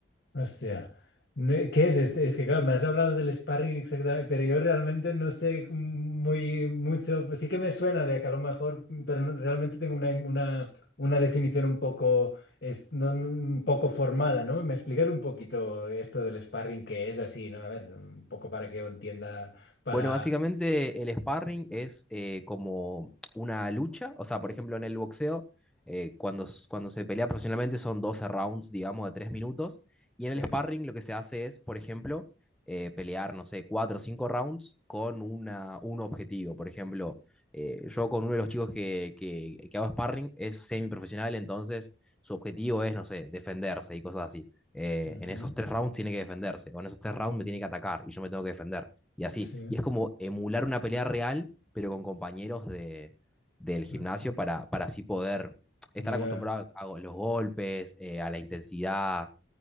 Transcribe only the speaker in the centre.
Bueno, básicamente el sparring es eh, como una lucha, o sea, por ejemplo, en el boxeo, eh, cuando, s- cuando se pelea profesionalmente son 12 rounds, digamos, de 3 minutos, y
en el sparring lo que se hace es, por ejemplo, eh, pelear, no sé, 4 o 5 rounds con una, un objetivo. Por ejemplo, eh, yo con uno de los chicos que, que, que hago sparring es semiprofesional, entonces su objetivo es, no sé, defenderse y cosas así. Eh,
en esos 3 rounds tiene que defenderse, o en esos 3 rounds me tiene que atacar y yo me tengo que defender y así.
Y es como emular una pelea real, pero con compañeros de, del gimnasio
para, para así poder estar
acostumbrado a los golpes, eh, a la intensidad.